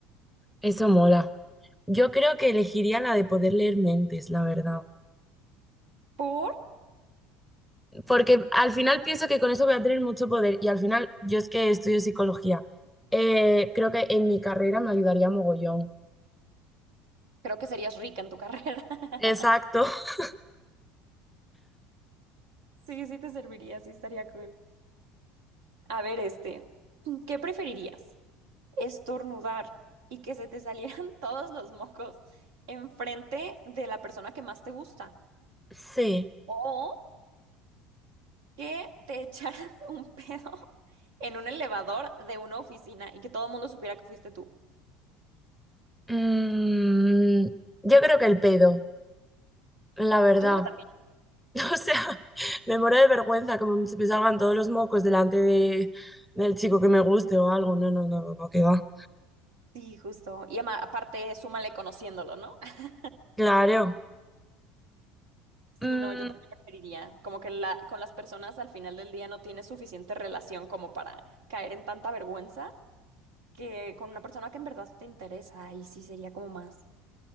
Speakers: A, in the centre; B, on the right (about 65°).
A: eso mola. Yo creo que elegiría la de poder leer mentes, la verdad.
B: ¿Por?
A: Porque al final pienso que con eso voy a tener mucho poder y al final yo es que estudio psicología. Eh, creo que en mi carrera me ayudaría mogollón.
B: Creo que serías rica en tu carrera. <laughs>
A: Exacto. <laughs>
B: Sí, sí te serviría, sí estaría cool. A ver, este, ¿qué preferirías? estornudar y que se te salieran <laughs> todos los mocos enfrente de la persona que más te gusta.
A: Sí.
B: O que te echaras <laughs> un pedo en un elevador de una oficina y que todo el mundo supiera que fuiste tú.
A: Mm, yo creo que el pedo. La verdad.
B: Yo creo que también.
A: <laughs> O sea, me muero de vergüenza como se me salgan todos los mocos delante de, del chico que me guste o algo. No, no, no, no, no, que va.
B: Sí, justo. Y ama- aparte, súmale conociéndolo, ¿no? <laughs>
A: Claro.
B: Sí,
A: Mm,
B: no, yo también preferiría. Como que la, con las personas al final del día no tienes suficiente relación como para caer en tanta vergüenza que con una persona que en verdad te interesa. Y sí sería como más.